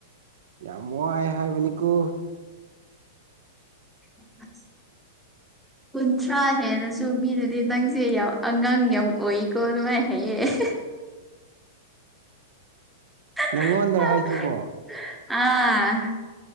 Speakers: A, on the right (about 70°); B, in the centre.
A: ꯌꯥꯝ ꯋꯥꯏ ꯍꯥꯏꯕꯅꯤꯀꯣ
B: <unintelligible> ꯀꯨꯟꯊ꯭ꯔꯥ ꯍꯦꯜꯂꯁꯨ ꯃꯤꯅꯗꯤ ꯅꯪꯁꯦ ꯌꯥꯝ ꯑꯉꯥꯡ ꯌꯥꯝ ꯑꯣꯏꯏꯀꯣ ꯑꯗꯨꯃꯥꯏꯅ ꯍꯥꯏꯌꯦ <unintelligible> <unintelligible>
A: ꯅꯪꯉꯣꯟꯗꯔ ꯍꯥꯏꯁꯤꯕꯣ
B: ꯑꯥ